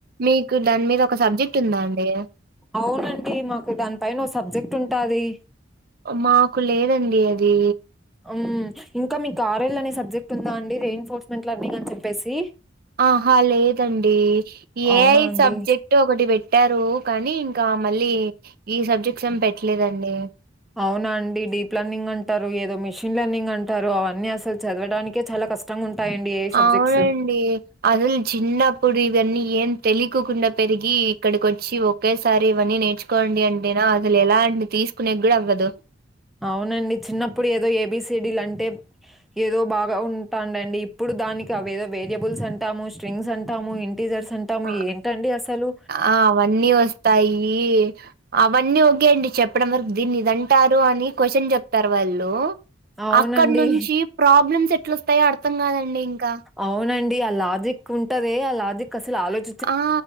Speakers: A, on the right (about 50°); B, in the centre.
A: మీకు దాని మీద ఒక సబ్జెక్ట్ ఉందా అండి
B: అవునండి మాకు దానిపైన ఓ సబ్జెక్ట్ ఉంటాది
A: మాకు లేదండి అది
B: ఉమ్మ్ ఇంకా మీకు ఆర్ఎల్ అనే సబ్జెక్ట్ ఉందా అండి రేయ్ ఎన్ఫోర్స్మెంట్ లర్నింగ్ అని చెప్పేసి
A: ఆహా లేదండి
B: అవునా
A: ఏఐ
B: అండి?
A: సబ్జెక్ట్ ఒకటి పెట్టారు కానీ ఇంకా మళ్ళీ ఈ సబ్జెక్ట్స్ ఏమి పెట్టలేదండి
B: అవునా అండి డీప్ లర్నింగ్ అంటారు ఏదో మిషిన్ లర్నింగ్ అంటారు అవన్నీ అసలు చదవడానికే చాలా కష్టం గా ఉంటాయండి ఏఐ సబ్జెక్ట్స్
A: అవునండి అసలు చిన్నప్పుడు ఇవన్నీ ఏం తెలియకోకుండా పెరిగి ఇక్కడికి వచ్చి ఒకేసారి ఇవన్నీ నేర్చుకోండి అంటేనా అసలు ఎలా అండి తీసుకునేకి కూడా అవ్వదు
B: అవునండి చిన్నప్పుడు ఏదో ఏబిసిడీలు అంటే ఏదో బాగా ఉంటాండండి ఇప్పుడు దానికి అవేదో వేరియబుల్స్ అంటాము స్ట్రింగ్స్ అంటాము ఇంటిజర్స్ అం టము
A: ఆ
B: ఏంటండి అసలు
A: ఆ అవన్నీ వస్తాయి అవన్నీ ఒకే అండి చెప్పడం వరకు దీన్ని ఇదంటారు అని క్వశ్చన్ చెప్తారు వాళ్ళు
B: అవునండి.
A: అక్కడ నుంచి ప్రాబ్లమ్స్ ఎట్లొస్తాయో అర్థం కాదండి ఇంకా
B: అవునండి ఆ లాజిక్ ఉంటదే ఆ లాజిక్ అసలు ఆలోచ
A: ఆ